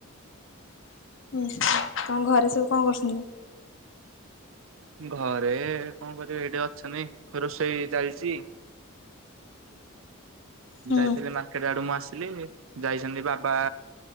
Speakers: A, on the left (about 60°); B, on the right (about 70°).
A: ହୁଁ, ତମ ଘରେ ସବୁ କଣ କରୁଚନ୍ତି?
B: ଘରେ କଣ କରିବେ, ଏଇଠି ଅଛନ୍ତି, ରୋଷେଇ ଚାଲିଚି।
A: ହୁଁ
B: ଯାଇଥିଲି ମାର୍କେଟ ଆଡୁ ମୁଁ ଆସିଲି, ଯାଇଚନ୍ତି ବାବା